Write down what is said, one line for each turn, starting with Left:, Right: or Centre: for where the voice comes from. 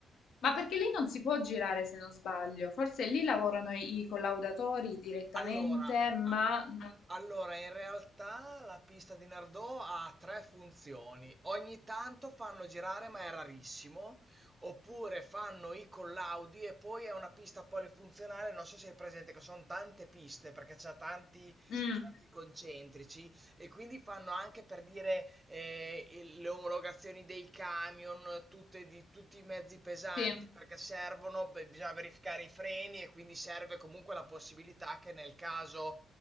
Left: Ma perché lì non si può girare se non sbaglio? Forse lì lavorano i, i collaudatori direttamente,
Right: Allora,
Left: ma
Right: a-
Left: non...
Right: allora, in realtà la pista di Nardò ha tre funzioni. Ogni tanto fanno girare, ma è rarissimo, oppure fanno i collaudi e poi è una pista polifunzionale, non so se hai presente che sono tante piste perché c'è tanti
Left: Mm,
Right: cerchi concentrici E quindi fanno anche per dire eh, il- le omologazioni dei camion, tutte, di tutti i mezzi pesanti,
Left: sì,
Right: perché servono, beh, bisogna verificare i freni e quindi serve comunque la possibilità che nel caso